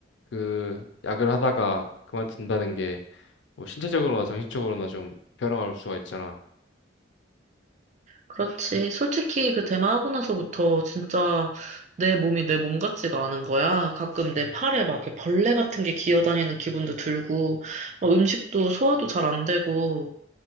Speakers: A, on the left; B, on the right.
A: 그, 약을 하다가 그만둔다는 게, 뭐, 신체적으로나 정신적으로나 좀 변화가 올 수가 있잖아.
B: 그렇지. 솔직히 그 대마하고 나서부터 진짜 내 몸이 내 몸 같지가 않은 거야. 가끔 내 팔에 막 이렇게 벌레 같은 게 기어다니는 기분도 들고, 어, 음식도 소화도 잘 안 되고,